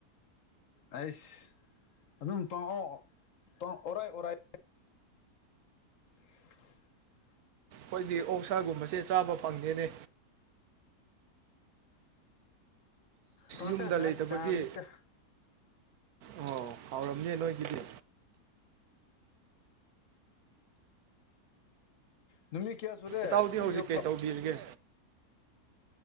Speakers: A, on the left; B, on the right.
A: ꯑꯩꯁ ꯑꯗꯨꯝ ꯄꯥꯡꯑꯣ ꯑꯣꯔꯥꯏ ꯑꯣꯔꯥꯏ <unintelligible>
B: ꯑꯩꯣꯏꯗꯤ ꯑꯣꯛꯁꯥꯒꯨꯝꯕꯁꯦ ꯆꯥꯕ ꯐꯪꯗꯦꯅꯦ
A: ꯄꯪꯁꯥꯠ
B: ꯌꯨꯝꯗ
A: ꯆꯥ
B: ꯂꯩꯇꯕꯒꯤ
A: ꯆꯥꯕꯅꯤ ꯇ
B: ꯑꯣ ꯍꯥꯎꯔꯝꯅꯦ ꯅꯣꯏꯒꯤꯗꯤ
A: ꯅꯨꯃꯤꯠ ꯀꯌꯥ ꯁꯨꯔꯦ
B: ꯏꯇꯥꯎꯗꯤ
A: ꯁꯤ
B: ꯍꯧꯖꯤꯛ
A: ꯌ
B: ꯀꯩ ꯇꯧꯕꯤꯔꯤꯒꯦ